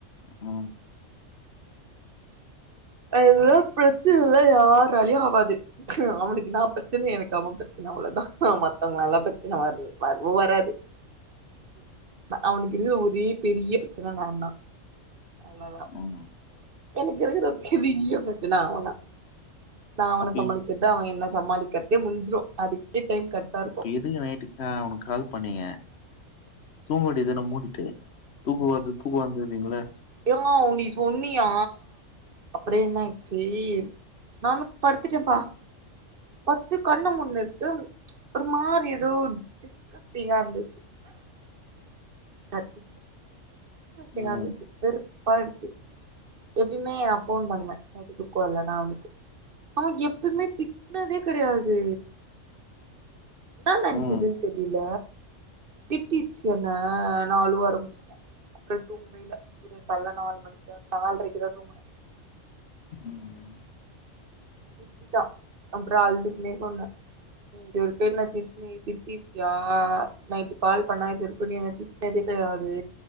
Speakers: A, on the left (about 60°); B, on the right (about 50°).
A: ஆ
B: அதல்லா பிரச்சனை இல்லா யாராலயு ஆவாது அவனுக்கு நா பிரச்சன எனக்கு அவ பிரச்சன அவ்ளதா மத்தவங்கலால பிரச்சன வர்ல் வர்வு வராது அவனுக்குருக்குற ஒரே பெரிய ப்ரச்சன நா தா அவ்ளதா
A: ம்
B: எனக்கு இருக்குற பெரிய பிரச்சன அவதா நா அவனை
A: அப்பி
B: சமாளிக்கது அவ என்ன சமாளிக்கிற்றதே முஞ்சுடு அதுக்கே டைம் கர்டா இருக்கு
A: இதுங்க நைட்டு ஆ உனக்கு கால் பண்ணீங்க தூங்கவேண்டிது தான மூன் விட்டு தூங்குவோது தூங்காளாந்திங்களே
B: ஏவ் மாவ் நீ சொன்னியா அப்புறோ என்ன ஆச்சு நானும் படுத்துட்டேம்ப்பா பத்து கண்ண மூட்ன்னன்த்து ஒரு மாரி ஏதோ கஷ்டிகாருந்துசு கர்த்து கர்த்திகாருந்துச்சு
A: ம்
B: வெறுப்பாடுச்சு எப்பமே நா ஃபோன் பண்ணுவ நைட்டு தூக்கவர்லனா அவனுக்கு அவ எப்பமே திட்டனதே கிடையாது என்ன நென்ச்சுதுன்னு
A: ம்
B: தெரில திட்டிச்சு என்ன நா அழுவ ஆரம்பிச்சுட்ட அப்டே தூங்கவேல்ல விடிய கால்ல நாலு மணிக்குதா நால்ரைக்கு தா தூங்கன
A: ம்
B: திட்டிட்டா அம்ப்ர அழுதுக்னே சொன்ன நீ இதுவரைக்கு என்ன திட் நீ திட்டிருக்கியா நைட்டு கால் பண்ணா இது இருக்குன்னு என்னைய திட்னதே கெடையாது